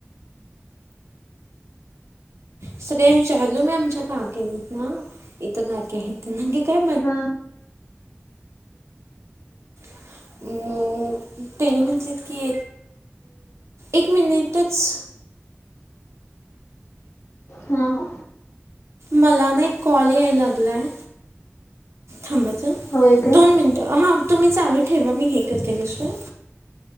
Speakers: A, on the right; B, on the left.
A: सकाळी विचारलो मी आमच्या काकिंना. इथ काकी आहेत. नक्की काय
B: हम्म.
A: <unintelligible> मग तेनी म्हटलेत की एक मिनिटच
B: हा हा.
A: मला ना एक कॉल यायला लागलायं थांबा चं.
B: होय काय
A: दोन मिनिटं हा तुम्ही चालू ठेवा मी हे करते नुसतं.